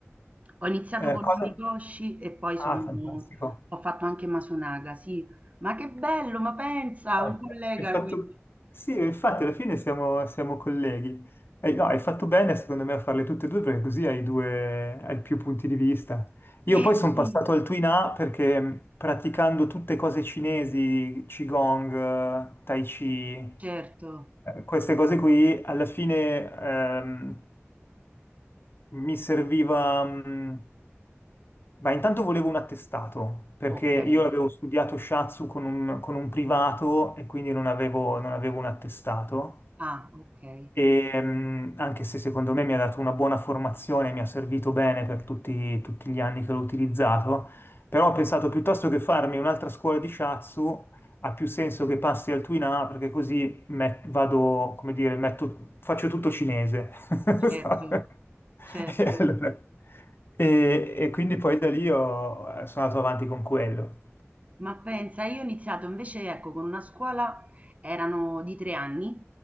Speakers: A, on the right; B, on the left.
A: Ho iniziato
B: Eh,
A: con
B: cosa?
A: l'amigoshi e poi sono
B: Ah, fantastico.
A: ho fatto anche Masunaga, sì. Ma che bello, ma pensa,
B: No,
A: un
B: Hai
A: collega
B: hai fatto...
A: qui.
B: Sì, infatti alla fine siamo, siamo colleghi. Hai, no, hai fatto bene secondo me a farle tutte e due perché così hai due, hai più punti di vista. Io
A: Eh
B: poi sono
A: sì,
B: passato al Twin A perché mh, praticando tutte cose cinesi, Qigong, eh, Tai Chi,
A: certo.
B: eh, queste cose qui, alla fine ehm, mi serviva... mh, Beh, intanto volevo un attestato, perché
A: Okay.
B: io avevo studiato shatsu con un, con un privato e quindi non avevo, non avevo un attestato.
A: Ah, okay.
B: E, mh, anche se secondo me mi ha dato una buona formazione, mi ha servito bene per tutti, tutti gli anni che l'ho utilizzato, però ho pensato piuttosto che farmi un'altra scuola di shatsu, ha più senso che passi al Twin A perché così met- vado, come dire, metto- faccio tutto cinese. <laughs>
A: Certo,
B: Sai?
A: certo.
B: E, allora- e- e quindi poi da lì ho- sono andato avanti con quello.
A: Ma pensa, io ho iniziato invece, ecco, con una scuola, erano di tre anni,